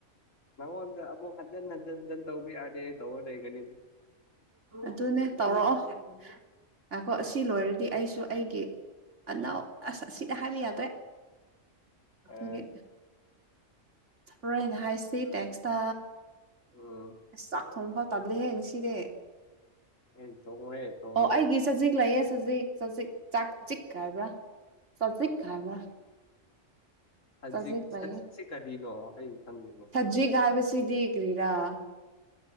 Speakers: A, on the left; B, on the right.
A: ꯅꯉꯣꯟꯗ ꯑꯃꯨꯛ ꯍꯟꯖꯟ ꯍꯟꯖꯟ ꯍꯟꯖꯟ ꯇꯧꯕ ꯌꯥꯗꯦ ꯇꯧꯔꯥ ꯂꯩꯒꯅꯤꯗꯤ
B: ꯑꯗꯨꯅꯦ ꯇꯧꯔꯑꯣ ꯑꯥꯈ‌‌ꯣ ꯑꯁꯤ ꯂꯣꯏꯔꯗꯤ ꯑꯩꯁꯨ ꯑꯩꯒꯤ ꯑꯅꯧ ꯑꯁ ꯑꯁꯤꯗ ꯍꯥꯏꯕ ꯌꯥꯗ꯭ꯔꯦ ꯗꯨꯒꯤ
A: ꯑ
B: ꯍꯣꯔꯦꯟ ꯍꯥꯏꯁꯤ ꯇꯦꯛꯁꯇ
A: ꯎꯝ
B: ꯑꯁ ꯆꯥꯛ ꯊꯣꯡ ꯐꯥꯎ ꯇꯜꯂꯦꯍꯦ ꯉꯁꯤꯗꯤ
A: ꯌ‌ꯦꯟ ꯊꯣꯡꯉꯣꯍꯦ ꯊꯣꯡꯉꯣꯍꯦ
B: ꯑꯣ ꯑꯩꯒꯤ ꯆꯖꯤꯛ ꯂꯩꯌꯦ ꯁꯖꯤꯛ ꯆꯖꯤꯛ ꯆꯥꯛ ꯖꯤꯛ ꯀ ꯍꯥꯏꯕ꯭ꯔꯥ ꯆꯥꯖꯤꯛꯈ ꯍꯥꯏꯕ꯭ꯔꯥ
A: ꯁꯖꯤꯛ
B: ꯆꯖꯤꯛ ꯂꯩꯌꯦ
A: ꯁꯖꯤꯛꯁꯦ ꯀꯔꯤꯅꯣ ꯑꯩ ꯈꯪꯗꯦꯅꯦ
B: ꯖꯤꯛ ꯍꯥꯏꯕ ꯁꯤꯗꯤ ꯀꯔꯤꯔꯥ